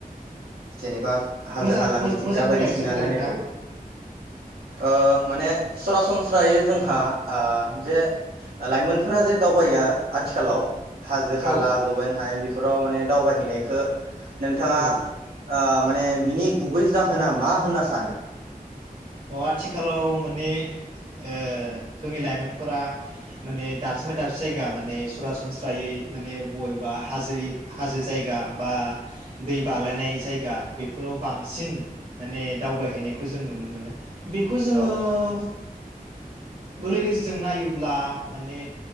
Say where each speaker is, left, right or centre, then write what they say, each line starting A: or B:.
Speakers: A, on the right; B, on the right.
A: जेनेबा हाजो
B: मोजां
A: हाला
B: मोजां
A: मिथिंगा बायदिसिना
B: खोनायाखिसै देलाय
A: नायनायखौ
B: नोंथां
A: ओ माने सरासनस्रायै जोंहा ओ जे लाइमोनफोरा जे दावबायो आथिखालाव हाजो हाला
B: औ
A: जौयेन हायेन बेफोराव माने दावबाय हैनाय खो नोंथाङा
B: औ
A: ओ माने बिनि गुबै जाहोना मा होनना सानो?
B: अ आथिखालाव माने ओ जोंनि लाइमोनफोरा माने दाबसेनिफाय दाबसे जायगा माने सरासनस्रायै माने बबेबा हाजो हाजो जायगा बा दै बाग्लायनाय जायगा बेफोराव बांसिन माने दावबायहैनायखौ जों जों नुनो मोनो। बेखौ जोङो
A: औ
B: <unintelligible> जों नायोब्ला माने